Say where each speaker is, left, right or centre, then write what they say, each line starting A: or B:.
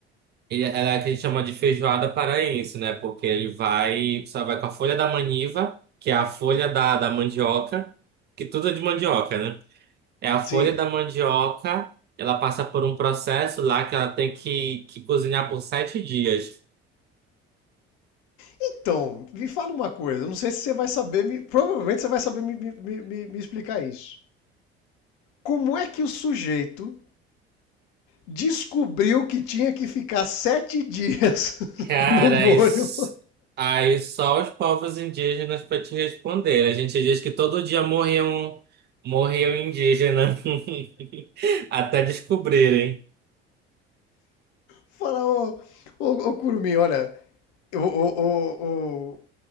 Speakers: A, on the right; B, on the left.
A: Ele, ela é a que a gente chama de feijoada paraense, né? Porque ele vai, só vai com a folha da maniva, que é a folha da, da mandioca, que tudo é de mandioca, né? É a
B: Sim.
A: folha da mandioca, ela passa por um processo lá que ela tem que, que cozinhar por sete dias.
B: Então, me fala uma coisa, eu não sei se você vai saber, me- provavelmente você vai saber me, me- me- me- me explicar isso. Como é que o sujeito descobriu que tinha que ficar sete dias <laughs>
A: Cara,
B: no molho?
A: aí, s- aí só os povos indígenas para te responder. A gente diz que todo dia morriam, morriam indígenas <laughs> até descobrirem.
B: Fala, ô, ô, ô Curumim, olha, o, o, o, o,